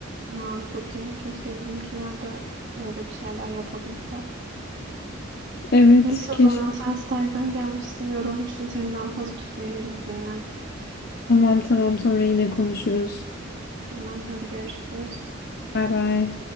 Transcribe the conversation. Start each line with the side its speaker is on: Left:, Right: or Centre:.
Right: Ya çok iyi. Keşke bizimkiler de böyle bir şeyler yapabilse.
Left: Evet
Right: Neyse
Left: keşke.
Right: o zaman sen stajdan gelmişsin, yorulmuşsun. Seni daha fazla tutmayayım git dinlen.
Left: Tamam tamam sonra yine konuşuruz.
Right: Tamam hadi görüşürüz.
Left: Bay bay.